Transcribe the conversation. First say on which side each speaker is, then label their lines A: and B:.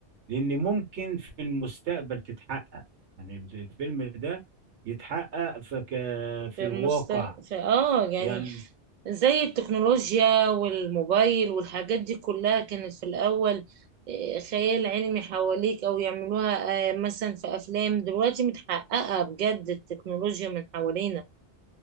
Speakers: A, on the right; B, on the right.
A: لان ممكن في المستقبل تتحقق يعني ال- الفيلم ده يتحقق في ك- في
B: في
A: الواقع
B: المست في اه يعني
A: يعني
B: زي التكنولوجيا والموبايل والحاجات دي كلها كانت في الاول آه، خيال علمي حواليك او يعملوها آه، مثلا في افلام دلوقتي متحققة بجد التكنولوجيا من حوالينا